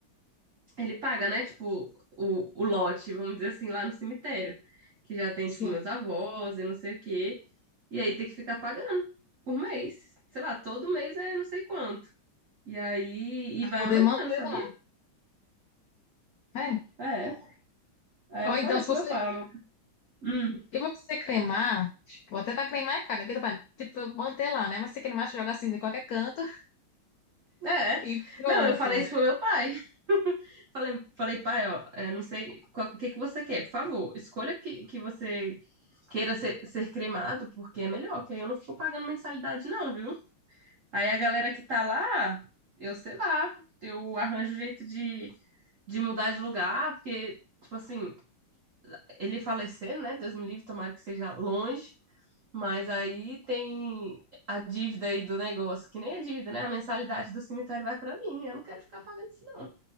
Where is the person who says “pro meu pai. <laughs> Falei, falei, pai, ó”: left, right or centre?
Right